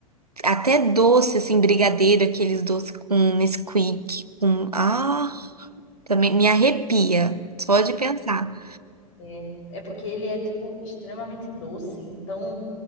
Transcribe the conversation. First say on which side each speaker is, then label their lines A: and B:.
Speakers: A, on the right; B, on the left.
A: até doce, assim, brigadeiro, aqueles doces com Nesquik, com. ah, Também me arrepia, só de pensar.
B: É, é porque ele é, tipo, extremamente doce. Então,